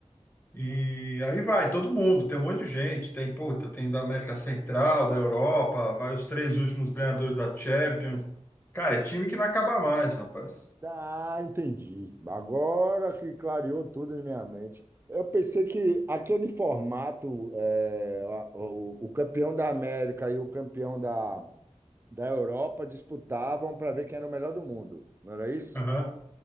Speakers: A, on the left (about 20°); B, on the right (about 20°).
A: E aí vai todo mundo, tem um monte de gente, tem, puta, tem da América Central, da Europa, vai os três últimos ganhadores da Champions. Cara, é time que não acaba mais, rapaz.
B: Ah, entendi. Agora que clareou tudo em minha mente. Eu pensei que aquele formato, é, a- o, o campeão da América e o campeão da, da Europa disputavam para ver quem era o melhor do mundo, não era isso?
A: Aham.